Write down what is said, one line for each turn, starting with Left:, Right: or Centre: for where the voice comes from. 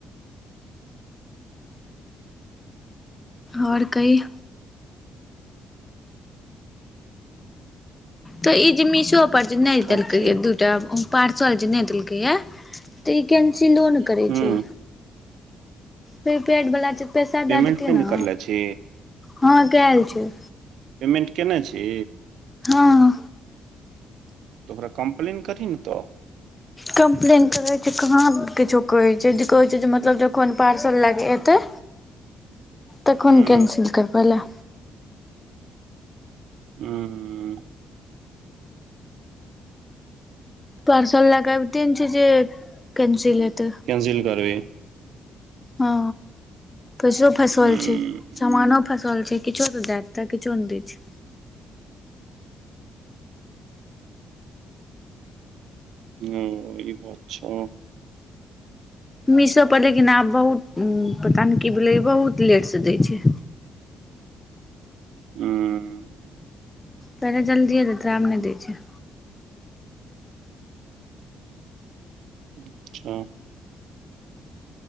Left: और कही। तऽ ई जे मिशोपर जे
Right: ठीक
Left: नैय
Right: ठाक
Left: देलकैए
Right: छै
Left: दू टा पार्सल जे नैय देलकैए तऽ ई कैन्सिलो नैय करै
Right: हूँ
Left: छैय। प्रीपैड वला छैय पैसा
Right: पेमेंट
Left: दए देतै
Right: नहि
Left: न
Right: ने करले छी
Left: हँ कैल छैय।
Right: पेमेन्ट केने छी?
Left: हँ।
Right: तऽ ओकरा कम्प्लेन करही न तऽ।
Left: कम्प्लेन करै छैय कहाँ किछो कहै छैय जे कहै छैय जे मतलब जखन पार्सल लए कऽ एतै तखन
Right: हूँ
Left: कैंसिल करबै लए।
Right: उम्म। हूं।
Left: पार्सल लै कऽ अइबते नैय छै जे कैंसिल हेतै।
Right: कैंसिल करबी
Left: हँ पैसो फसल
Right: हूँ
Left: छै, समानो फसल छै। किछो तै दै दैते, किछो नै दै छै।
Right: ओ ई बात छो।
Left: मिशो पर लेकिन आब बहुत उम्म पता नै की भेले बहुत लेट से दै छै।
Right: हुं।
Left: पहिले जल्दिए देत रहे आब नै दै छै।
Right: अच्छा।